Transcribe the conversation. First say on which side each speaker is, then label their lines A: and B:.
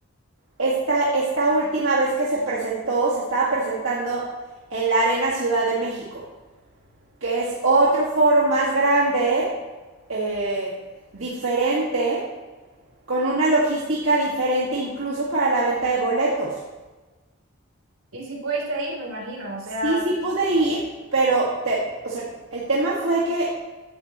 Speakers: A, on the right; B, on the right.
A: esta, esta última vez que se presentó, se estaba presentando en la Arena Ciudad de México, que es otro foro más grande, eh, diferente, con una logística diferente incluso para la venta de boletos.
B: Y si pudiste ir, me imagino. O sea,
A: Sí, sí pude ir,
B: ok.
A: pero te, o sea, el tema fue que